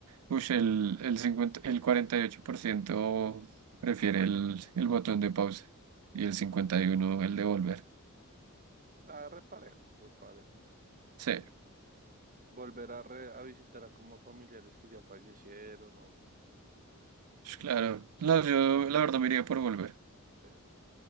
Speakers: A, on the right (about 85°); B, on the right (about 40°).
A: Uy,
B: Sí.
A: el, el cincuenta el 48% prefiere el, el botón de pausa y el 51% el de volver.
B: Está reparejo, reparejo.
A: Sí,
B: Volver a, re- a visitar a como familiares que ya fallecieron o...
A: pues claro.
B: Sí,
A: No, yo la verdad me iría por volver.
B: sí.